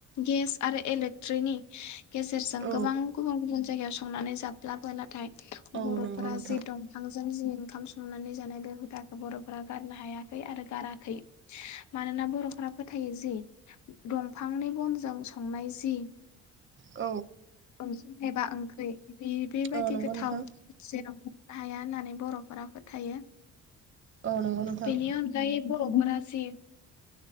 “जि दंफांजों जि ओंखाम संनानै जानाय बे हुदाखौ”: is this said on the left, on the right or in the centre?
Left